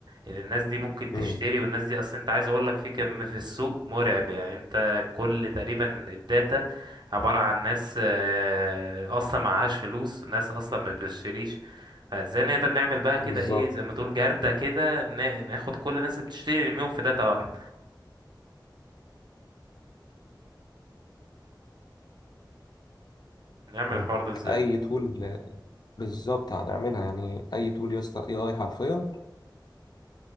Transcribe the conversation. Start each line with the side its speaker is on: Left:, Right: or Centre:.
Right: ان الناس دي ممكن تشتري
Left: امم
Right: والناس دي اصلا انت عايز اقول لك في كم في السوق مرعب يعني انت كل تقريبا الداتا عبارة عن ناس آه، أصلا معهاش فلوس ناس أصلا ما بتشتريش فازاي نقدر نعمل بقى كده
Left: بالظبط
Right: ايه زي ما تقول جردة كده نا- ناخد كل الناس اللي بتشتري نرميهم في داتا واحد نعمل
Left: مم.
Right: الحوار ده ازاي
Left: اي تول بالظبط هنعملها يعني اي تول يا اسطى اي اي حرفيا